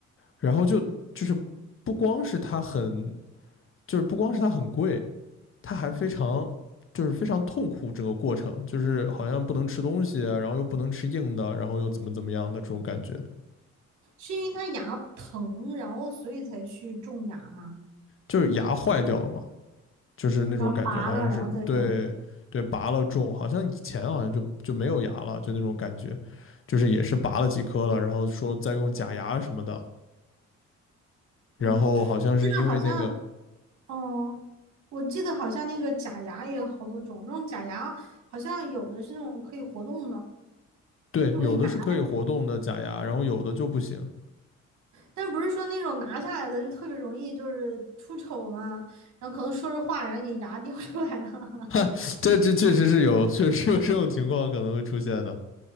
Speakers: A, on the left; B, on the right.
A: 然后就就是不光是他很就是不光是它很贵，它还非常就是非常痛苦整个过程，就是好像不能吃东西啊，然后又不能吃硬的，然后又怎么怎么样的这种感觉，
B: 是因为他牙疼，然后所以才去种牙嘛，
A: 就是牙坏掉了嘛，就是那种感觉，
B: 然后拔了，
A: 好像是对对拔了种，
B: 然后再种。
A: 好像以前好像就就没有牙了，就那种感觉，就是也是拔了几颗了，然后说再用假牙什么的，然后好像是因为那个。
B: 嗯，我记得好像，嗯，我记得好像那个假牙也有好多种，那种假牙好像有的是那种可以活动的，
A: 对，
B: 就可以拿。
A: 有的是可以活动的假牙，然后有的就不行。
B: 但不是说那种拿下来的就特别容易就是出丑嘛，然后可能说着话，然后你牙掉出来了。<laughs>
A: <laughs> 这这确实是有，确实有这种情况可能会出现的。